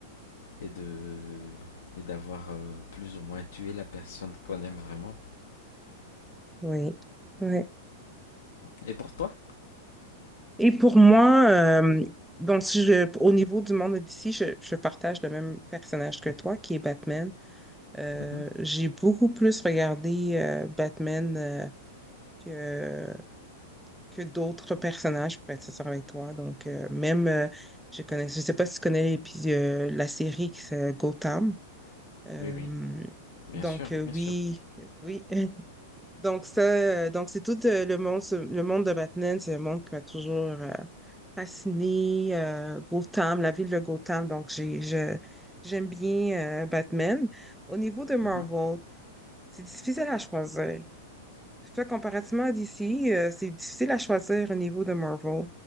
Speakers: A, on the left; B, in the centre.
A: et de et d'avoir euh, plus ou moins tué la personne qu'on aime vraiment.
B: Oui. Ouais.
A: Et pour toi?
B: Et pour moi, euh, donc si je, au niveau du monde d'ici, je, je partage le même personnage que toi, qui est Batman. Euh,
A: Mhm.
B: j'ai beaucoup plus regardé euh, Batman euh, que, que d'autres personnages, pour être sincère avec toi. Donc, euh, même, euh, je connais, je sais pas si tu connais l'épi- euh, la série qui s'appelle Gotham. Euh,
A: Oui, oui, bien
B: donc,
A: sûr,
B: euh,
A: bien
B: oui,
A: sûr.
B: oui, <laughs> Donc ça, euh, donc c'est tout euh, le monde, ce- le monde de Batman, c'est un monde qui m'a toujours euh, fasciné. euh, Gotham, la ville de Gotham, donc j'ai, je, j'aime bien euh, Batman. Au niveau de Marvel,
A: Mhm,
B: c'est difficile à choisir. Je sais pas, comparativement à DC, euh, c'est difficile à choisir au niveau de Marvel.